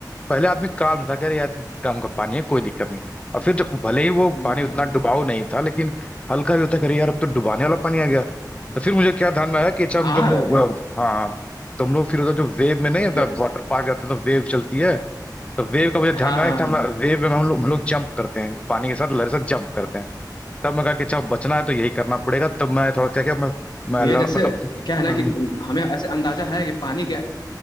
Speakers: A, on the left (about 15°); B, on the left (about 75°).
A: पहले आदमी काम था कह रहे यार काम का पानी है कोई दिक्कत नहीं और फिर जब भले ही वो
B: हम्म।
A: पानी उतना डुबाऊ नहीं था लेकिन हल्का भी होता कह रहे यार अब तो डुबाने वाला पानी आ गया तो फिर मुझे क्या ध्यान में आया कि अच्छा
B: हाँ
A: मुझे हम लोग हाँ हाँ, तो हम लोग फिर उधर जो वेव में नहीं होता
B: ज,
A: वाटर पार्क जाते हैं तो वेव चलती है तो वेव का मुझे ध्यान
B: हाँ
A: में
B: हाँ हाँ
A: आया कि हम वेव में हम लोग हम लोग जंप करते हैं पानी के साथ लहर से जंप करते हैं तब मैं कहा कि अच्छा बचना है तो यही करना पड़ेगा तब मैं थोड़ा क्या किया मैं मैं
B: भैया
A: लड़
B: जैसे
A: मतलब
B: क्या है ना
A: हम्म
B: कि हमें ऐसे अंदाजा है कि पानी गह,